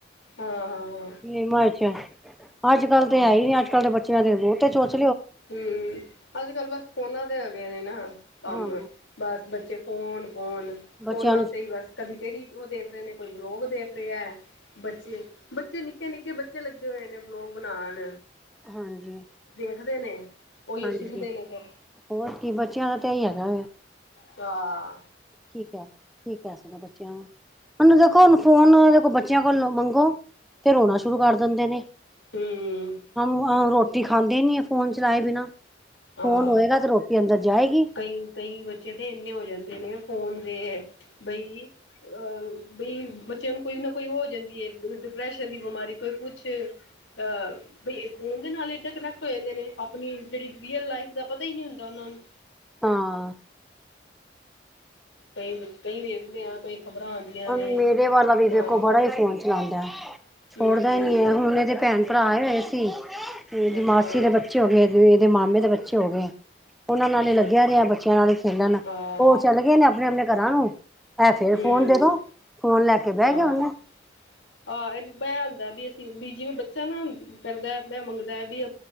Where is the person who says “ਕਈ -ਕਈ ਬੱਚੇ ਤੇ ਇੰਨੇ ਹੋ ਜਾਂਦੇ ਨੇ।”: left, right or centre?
Left